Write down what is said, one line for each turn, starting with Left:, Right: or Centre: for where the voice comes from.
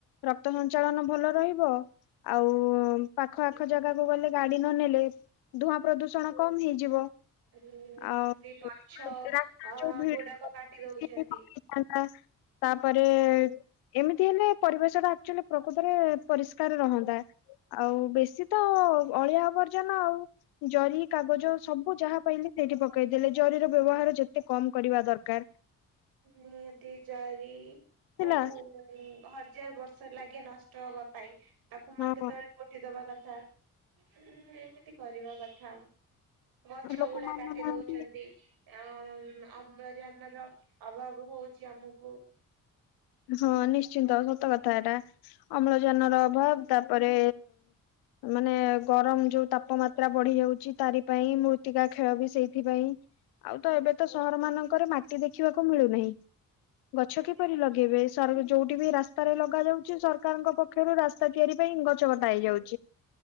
Left: ରକ୍ତ ସଞ୍ଚାଳନ ଭଲ ରହିବ। ଆଉ ପାଖ ଆଖ ଜାଗାକୁ ଗଲେ ଗାଡ଼ି ନନେଲେ ଧୂଆଁ ପ୍ରଦୂଷଣ କମ୍ ହେଇଯିବ।
Right: ଯେମିତି
Left: ଆଉ
Right: ଗଛ
Left: ରାସ୍ତା
Right: ଅ
Left: ଯୋଉ ଭିଡ
Right: ଗୁଡ଼ାକ କାଟି ଦଉଚନ୍ତି।
Left: ହେଇଥାନ୍ତା ତାପରେ ଏମିତି ହେଲେ ପରିବେଶ ଟା ଆକଚୁଆଲି ପ୍ରକୃତରେ ପରିଷ୍କାର ରହନ୍ତା। ଆଉ ବେଶୀ ତ ଅଳିଆ ଆବର୍ଜନା ଆଉ ଜରି କାଗଜ ସବୁ ଯାହା ପାଇଲେ ସେଇଠି ପକେଇଦେଲେ ଜରିର ବ୍ୟବହାର ଯେତେ କମ କରିବା ଦରକାର୍।
Right: ନିହାତି ଜରି
Left: ଥିଲା
Right: କୁ ମାନେ ହଜାର ବର୍ଷ ଲାଗେ ନ ନଷ୍ଟ ହବା ପାଇଁ ତାକୁ ମାଟି
Left: ହଁ
Right: ତଳେ ପୋତିଦବା କଥା। ଉଁ ଏମିତି କରିବା କଥା ଗଛ
Left: ଲୋକମାନେ
Right: ଗୁଡ଼ା କାଟି
Left: ନାହାନ୍ତି
Right: ଦଉଚନ୍ତି। ଆ ଅମ୍ଳଜାନର ଅଭାବ ହଉଚି ଆମକୁ
Left: ହଁ ନିଶ୍ଚିନ୍ତ ସତ କଥା ଏଟା ଅମ୍ଳଜାନ ର ଅଭାବ ତାପରେ ମାନେ ଗରମ ଯୋଉ ତାପମାତ୍ରା ବଢି ଯାଉଚି ତାରି ପାଇଁ ମୃତ୍ତିକା ଖେଳ ବି ସେଇଥିପାଇଁ ଆଉ ତ ଏବେ ତ ସହର ମାନଙ୍କରେ ମାଟି ଦେଖିବାକୁ ମିଳୁନାହିଁ ଗଛ
Right: ନିହାତି
Left: କିପରି ଲଗେ ଏବେ ସ ଯୋଉଠି ବି ରାସ୍ତାରେ ଲଗା ଯାଉଚି ସରକାରଙ୍କ ପକ୍ଷରୁ ରାସ୍ତା ତିଆରି ପାଇଁ ଗଛ କଟା ହେଇଯାଉଚି।